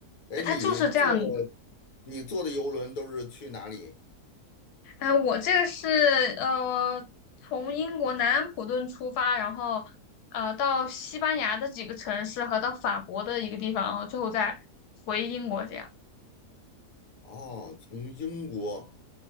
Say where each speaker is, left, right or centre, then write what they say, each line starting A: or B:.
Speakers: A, on the left; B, on the left.
A: 哎，
B: 它就是这样的。
A: 你坐的你坐的游轮都是去哪里？
B: 哎，我这个是呃，从英国南安普顿出发，然后呃到西班牙的几个城市和到法国的一个地方，然后最后再回英国这样。
A: 哦，从英国，